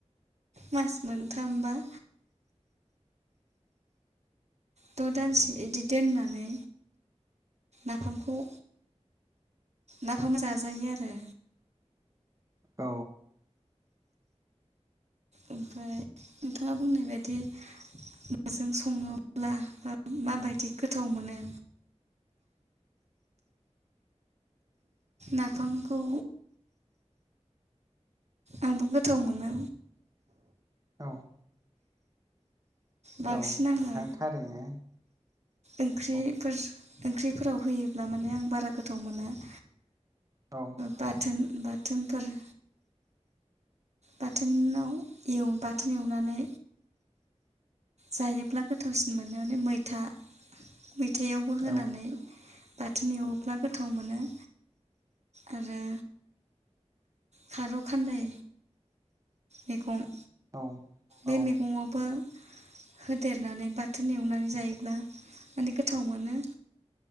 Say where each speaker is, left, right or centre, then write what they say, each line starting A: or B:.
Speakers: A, on the right (about 70°); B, on the right (about 25°).
A: मास मोनथामबा द' दानसिम बिदि दोननानै नाफामखौ नाफाम जायो आरो।
B: औ।
A: ओमफ्राय नोंथाङा बुंनाय बादि नाजों सङोब्ला बा माबायदि गोथाव मोनो। नाफामखौ। आंबो गोथाव मोनो।
B: औ।
A: बांसिन
B: औ
A: आङो।
B: नोंथां थारैनो
A: ओंख्रिफोर
B: औ
A: ओंख्रिफोराव होयोब्ला माने आं बारा गोथाव मोना <inaudible>
B: औ।
A: बाथोन बाथोनफोरा बाथोनाव एव‌ बाथोन एवनानै जायोब्ला गोथावसिन मोनो माने मैथा मैथायावबो होनानै
B: औ
A: बाथोन एवोब्ला गोथाव मोनो। आरो। खारौ खान्दाय मैगं
B: औ औ
A: बे मैगङावबो होदेरनानै बाथोन एवनानै जायोब्ला माने गोथाव मोनो।